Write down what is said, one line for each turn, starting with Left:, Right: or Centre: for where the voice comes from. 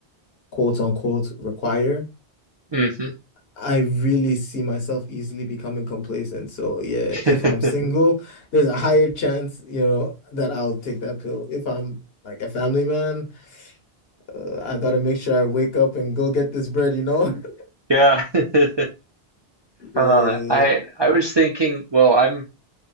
Left: quote unquote require,
Right: hmm
Left: I really see myself easily becoming complacent. So yeah,
Right: <laughs>
Left: if I'm single, there's a higher chance, you know, that I'll take that pill. If I'm like a family man, uh, I gotta make sure I wake up and go get this bread, you know? <laughs>
Right: Yeah. <laughs>
Left: Yeah.
Right: Uh, I I was thinking, well, I'm